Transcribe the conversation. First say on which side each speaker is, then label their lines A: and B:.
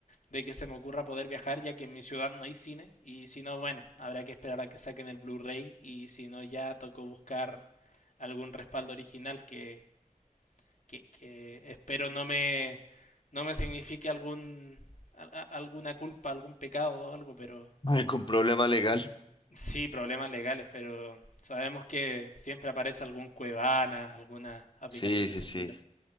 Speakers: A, on the left; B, on the left.
A: de que se me ocurra poder viajar, ya que en mi ciudad no hay cine. Y si no, bueno, habrá que esperar a que saquen el Blu-ray. Y si no, ya tocó buscar algún respaldo original que que, que espero no me, no me signifique algún, a- alguna culpa, algún pecado o algo, pero
B: <laughs> algún problema legal.
A: sí, problemas legales, pero sabemos que siempre aparece algún Cuevana, alguna aplicación
B: Sí,
A: de
B: sí,
A: ese
B: sí.
A: estilo.